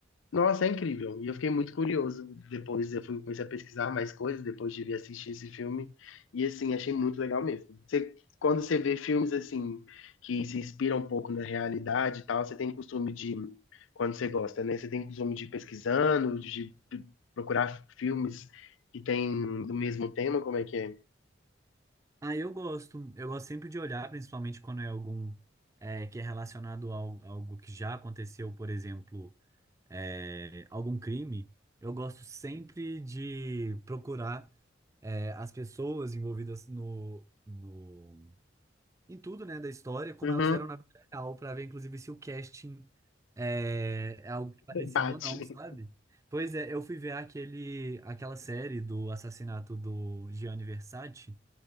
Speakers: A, on the left (about 90°); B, on the right (about 15°).
A: nossa, é incrível. E eu fiquei muito curioso. Depois eu fui comecei a pesquisar mais coisas, depois de vir assistir esse filme. E assim, achei muito legal mesmo. Você, quando você vê filmes assim que se inspiram um pouco na realidade e tal, você tem costume de, quando você gosta, né? Você tem costume de ir pesquisando, de procurar filmes que têm do mesmo tema, como é que é?
B: Ah, eu gosto. Eu gosto sempre de olhar, principalmente quando é algum é, que é relacionado a al- algo que já aconteceu, por exemplo, é, algum crime. Eu gosto sempre de procurar é, as pessoas envolvidas no, no em tudo, né, da história, como
A: Uhum,
B: elas eram na vida real, pra ver, inclusive, se o casting é, é algo parecido
A: bate.
B: ou não, sabe? Pois é, eu fui ver aquele, aquela série do assassinato do Gianni Versace,